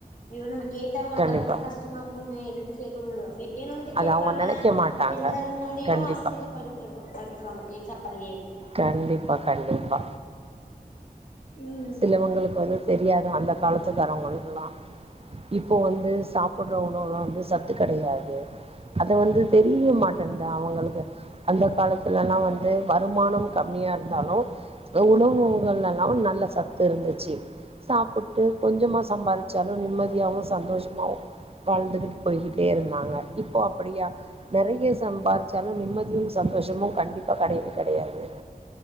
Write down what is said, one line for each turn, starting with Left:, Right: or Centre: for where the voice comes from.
Left: ஐயோ நம்ம கேட்டா அவங்களுக்கு
Right: கண்டிப்பா
Left: அது ரொம்ப கஷ்டமா இருக்குமே எதுக்கு கேக்குணுனு இல்ல வேணுண்டு
Right: அது
Left: கேப்பாங்க
Right: அவங்க நெனைக்க மாட்டாங்க
Left: எல்லாரு முன்னாடியு
Right: கண்டிப்பா
Left: அசிங்க படுத்துவா படுத்துவாங்க பேச்சாலேயே
Right: கண்டிப்பா கண்டிப்பா
Left: ம்
Right: சிலவங்களுக்கு வந்து தெரியாது அந்த காலத்துக்காரவங்களுக்குலா இப்போ வந்து சாப்புட்ற உணவுல வந்து சத்து கெடயாது அது வந்து தெரிய மாட்டேனுது அவங்களுக்கு அந்த காலத்துலல்லா வந்து வருமானம் கம்மியா இருந்தாலு ஏதோ உணவுகள்லலா நல்ல சத்து இருந்துச்சு சாப்பிட்டு கொஞ்சமா சம்பாதிச்சாலு நிம்மதியாவு சந்தோஷமாவு வாழ்ந்துகிட் போய்கிட்டே இருந்தாங்க இப்போ அப்படியா நெறைய சம்பாரிச்சாலு நிம்மதியு சந்தோஷமு கண்டிப்பா கெடயவே கெடையாது